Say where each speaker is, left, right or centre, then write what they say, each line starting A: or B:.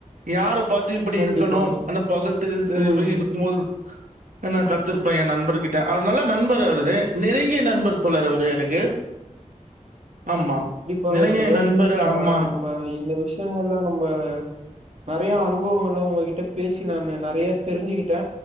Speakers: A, on the right; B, on the right.
A: யார பாத்து இப்பிடி
B: கண்டிப்பா
A: இருக்கணு அந்த பக்கத்தறிவு த
B: ம்
A: வெ <unintelligible> இருக்கும்போது நா கத்துப்பே எ நண்பர் கிட் அவர் நல்லா நண்பர் அவரு நெருங்கிய நண்பர் தோழர் அவரு எனக்கு ஆமா
B: வாக
A: நெருங்கிய
B: தோழர்
A: நண்பர்
B: ஆ
A: ஆமா.
B: நம்ப இந்த விஷ் திங்கெல்லா நம்ப நெறையா அனுபவங்கள்லா உங்ககிட்ட பேசி நானு நெறையா தெரிஞ்சிக்கிட்ட